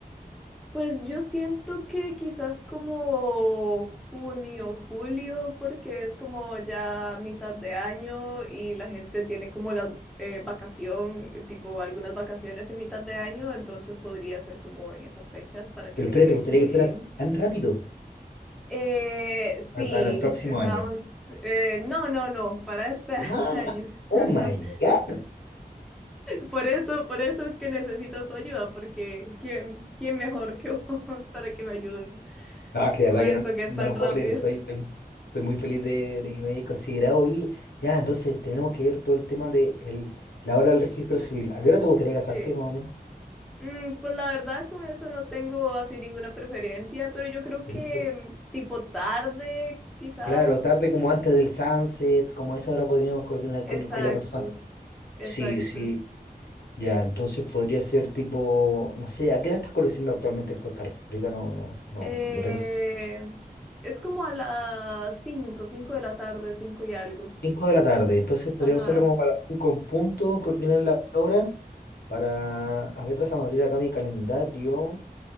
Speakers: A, in the centre; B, on the left.
A: Pues yo siento que quizás como junio, julio, porque es como ya mitad de año y la gente tiene como la eh, vacación, tipo algunas vacaciones en mitad de año, entonces podría ser como en esas fechas para que
B: Pero
A: le
B: espera,
A: quede
B: ¿te gustaría
A: como bien.
B: que fuera tan rápido?
A: Eh, sí,
B: Para, para el próximo
A: estamos...
B: año.
A: eh, no, no, no, para este <laughs>
B: ¡Ah!
A: año.
B: ¡Oh,
A: <laughs>
B: my God!
A: Por eso, por eso es que necesito tu ayuda, porque ¿quién, quién mejor que vos <laughs> para que me ayudes?
B: No, es que
A: con
B: de verdad
A: esto
B: que no,
A: que es
B: no
A: tan
B: lo
A: rápido.
B: puedo creer. Estoy, estoy, estoy muy feliz de, de que me hayas considerado. Oye, ya, entonces tenemos que ver todo el tema de el- la hora del registro civil. ¿A qué hora te gustaría casarte,
A: Sí.
B: más o menos?
A: Mm, pues la verdad, con eso no tengo así ninguna preferencia, pero yo creo que
B: Ahorita.
A: mm, tipo tarde, quizás.
B: Claro, tarde como antes del sunset, como a esa hora podríamos coordinar
A: Exacto,
B: con, con la persona.
A: exacto.
B: Sí, sí. Ya, entonces podría ser tipo, no sé, ¿a qué hora estás conociendo actualmente en Costa Rica? No, no, no,
A: Eh,
B: no tengo.
A: es como a las cinco cinco de la tarde, 5 y algo.
B: 5 de la tarde, entonces podríamos
A: Ajá.
B: hacerlo como para las 5 en punto, coordinar la hora para, a ver, déjame abrir acá mi calendario